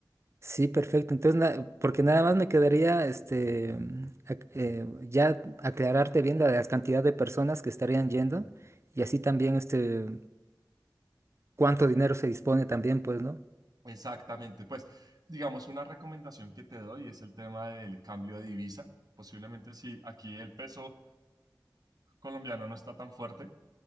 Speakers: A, on the right; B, on the right.
A: Sí, perfecto. Entonces, na- porque nada más me quedaría, este, mm, ac- eh, ya aclararte bien la, la cantidad de personas que estarían yendo y así también, este, cuánto dinero se dispone también, pues, ¿no?
B: Exactamente, pues digamos una recomendación que te doy es el tema del cambio de divisa. Posiblemente si aquí el peso colombiano no está tan fuerte,